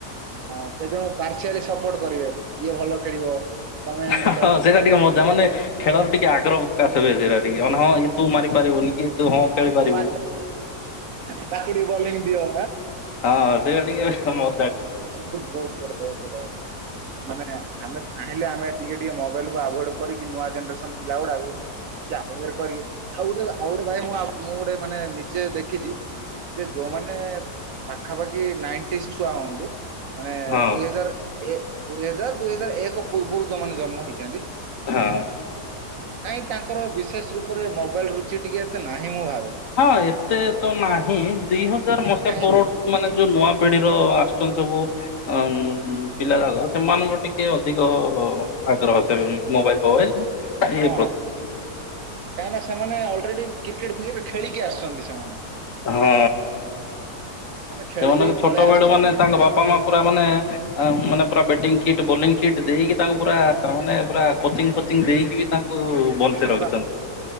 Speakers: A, on the right; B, on the left.
A: ହଁ ସେ ଜଣଙ୍କୁ ପାର୍ସିଆ ସପୋର୍ଟ କରିବେ ଇଏ ଭଲ ଖେଳିବ ତମେ ଏମିତି
B: ହଁ
A: ଖେଳୁ
B: ସେଇଟା ଟିକେ ମଜା ମାନେ ଖେଳର ଟିକେ ଆଗ୍ରହ ପ୍ରକାଶ ହୁଏ ସେଇଟା ଟିକେ ମାନେ ହଁ ତୁ ମାରି ପାରିବୁନି କି ତୁ ହଁ ଖେଳି ପାରିବୁ।
A: ୁମା ଚାକୁଡିୀ ବଂ ଦିଅ
B: ହଁ କଣେ ମ
A: ବହୁତ ବା ବହୁତ ବରାା ମାନେ ଆମେ ଚାହିଁଲେ ଆମେ ଟିକେ ଟିକେ ମୋବାଇଲକୁୁ ଆଭୋଡ କରିକି ନୂଆ ଜେନେରେସନ ପିଲା ଗୁଡାକୁ ଟିକେ ଆ କରିବେ ଆଉ ଗୋଟେ ଆଉ ଗୋଟେ ଭାଇ ମୁଁ ମୁଁ ଗୋଟେ ମାନେ ନିଜେ ଦେଖିଛି ଯେ ଯୋଉମାନେ ପାଖାପାଖି ନାଇଣ୍ଟିସ୍ ଛୁଆ ହୁଅନ୍ତୁ ମାନେ
B: ହଁ
A: ଦୁଇ ହଜାର ଦୁଇ ହଜାର ଦୁଇ ହଜାର ଏକ ପୂର୍ବରୁ ଯୋଉମାନେ ଜନ୍ମ ହେଇଛନ୍ତି
B: ହଁ
A: କାଇହିଁ ତାଙ୍କର ବିଶେଷ ରୂପରେ ମୋବାଇଲ ରୁଚି ଟିକେ ଏତେ ନାହିଁ ମୁଁ ଭାବେ
B: ହଁ ଏତେ ତ ନାହିଁ ଦି ହଜାର ମସିହା
A: କାହିଁ
B: ପର ମାନେ ଯୋଉ ନୂଆ ପିଢିର ଆସୁଛନ୍ତି ସବୁ ଅ ପିଲା ଯାକ ସେମାନଙ୍କ ଟିକେ ଟିକେ ଅଧିକ ଆଗ୍ରହ ସେ ମୋବାଇଲ ଫୋବାଇଲ ଇଏ
A: ହଁ
B: ପ୍ରତି
A: କାହିଁକନା ସେମାନେ ଅଲରେଡ଼ି କ୍ରିକେଟ୍ ଫିକେଟ୍ ଖେଳିକି ଆସିଛନ୍ତି ସେମାନେ
B: ହଁ
A: ସେମାନେ ଖେଳି
B: ସେମାନେେ
A: ଦେଇ
B: ଛୋଟ
A: ପଳେଇ ଆସିଛନ୍ତି।
B: ବେଳୁ ମାନେ ତାଙ୍କ ବାପା ମା ପୁରା ମାନେ ମାନେ ପୁରା ବ୍ୟାଟିଂ କିଟ୍ ବୋଲିଂ କିଟ୍ ଦେଇକି ତାଙ୍କୁ ପୁରା ମାନେ ପୁରା କୋଚିଂ ଫୋଚିଂ ଦେଇକି ବି ତାଙ୍କୁ ଭଲସ
A: ଠିକ
B: ରହିଛନ୍ତି